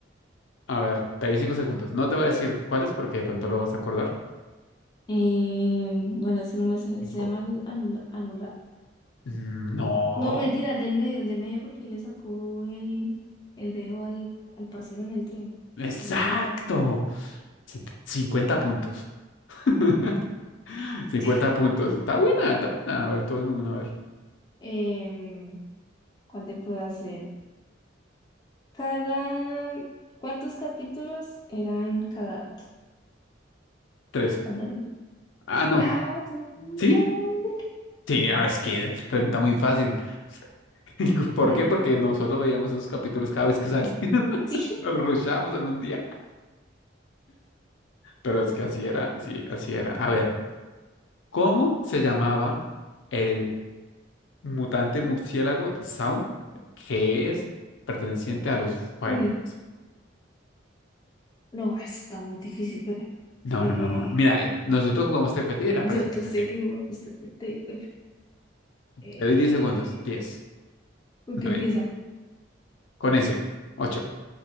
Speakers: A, on the left (about 80°); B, on the left (about 20°).
A: A ver, te doy cinco segundos. No te voy a decir cuáles porque de pronto lo vas a acordar.
B: Eh, bueno, es que no me sé,
A: Cinco.
B: se llama el anula, anular.
A: Mm, No.
B: No, mentira, el del medio, el del medio, porque él le sacó el, el dedo al, al parcero en el tren,
A: Exacto.
B: el del medio.
A: set- 50 puntos. <laughs> cincuenta
B: <laughs>
A: puntos. Está buena, está buena. A ver, tú hazme una, a ver.
B: Em, ¿cuál te puedo hacer? Cada... ¿Cuántos capítulos eran cada?
A: Tres.
B: Cuando el-
A: Ah, no.
B: ¡Bravo! te- <laughs>
A: ¿Sí?
B: bravo!
A: Sí, ah, es que es pregunta muy fácil. <laughs> ¿Por
B: Ay,
A: qué? Porque nosotros veíamos esos capítulos cada vez que salían. <laughs>
B: sí.
A: Nos los rushábamos en un día. Pero es que así era, así, así era. A ver, ¿cómo se llamaba el mutante murciélago de Sound que es perteneciente a los Firelings?
B: Uy, no, está muy difícil, pero...
A: No,
B: eh,
A: no, no. Mira, eh, nosotros jugamos TFT y él aparece
B: yo,
A: en
B: yo
A: TFT.
B: sé que jugamos TPT, pero... Eh,
A: Le doy 10 segundos. diez,
B: ¿con
A: 9,
B: qué empieza?
A: con ese. ocho,